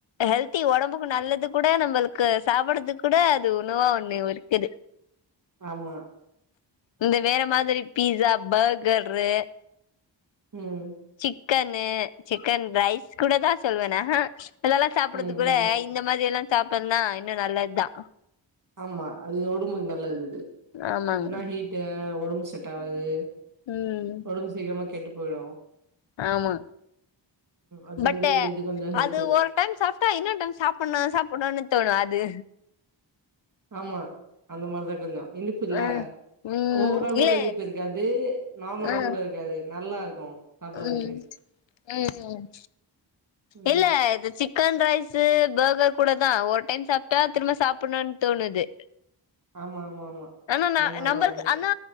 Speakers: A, on the left; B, on the right.
A: ஹெல்தி ஒடம்புக்கு நல்லது கூட நம்மளுக்கு சாப்பறது கூட அது உணவா ஒண்ணு இருக்குது
B: ஆமா
A: இந்த வேற மாதிரி பீஸா பர்கரு
B: ம் ம்
A: சிக்கனு சிக்கன் ரைஸ் கூட தா சொல்லுவே <unintelligible> அதெல்லா சாப்ட்றது
B: ம்
A: கூட
B: ம்
A: இந்த மாரி எல்லா சாப்புன்னா இன்னு நல்லதா
B: ஆமா அது ஒடம்புக்கு நல்லது இது
A: ஆமாங்க
B: அதுனா ஹீட்டு ஒடம்பு செட் ஆவாது
A: ம்
B: ஒடம்பு சீக்கிரமா கெட்டு போய்டு
A: ஆமா
B: அது
A: பட்
B: வந்து இது கொஞ்சோ ஹெல்ப்
A: அது ஒ ரு டைம் சாப்ட்டா இன்னொன்னு டைம் சாப்ட்ணு சாப்டணுனு தோணு அது
B: ஆமா அந்த மாரிதா கொஞ்சோ இனிப் புல்ல
A: ஆ ம்
B: ஓவரா
A: இல்ல
B: கூட இனிப்பு இருக்காது நார்மலா
A: ஆ
B: கூட இருக்காது நல்லா இருக்கு சாப்புட்றதுக்கு
A: ம் ம்
B: ம்
A: இல்ல இது சிக்கன் ரைஸ்சு பர்கர் கூட தா ஒரு டைம் சாப்ட்டா திரும்ப சாப்ட்ணுனு தோணுது
B: ஆமா ஆமா ஆமா
A: ஆனா ந
B: அந்த மாரிதா
A: நம்பரு
B: இருக்கு
A: ஆனா